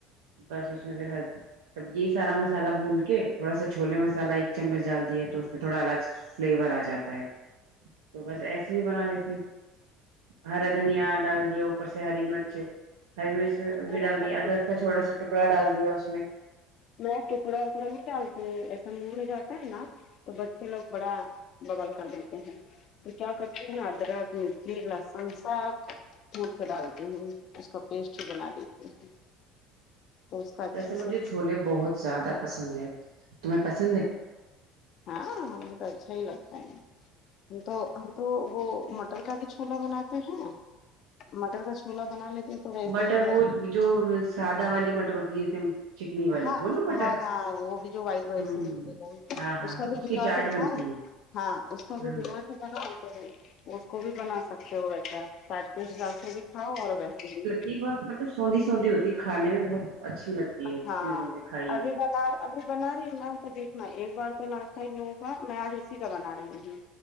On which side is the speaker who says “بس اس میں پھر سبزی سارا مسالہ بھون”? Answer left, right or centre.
Right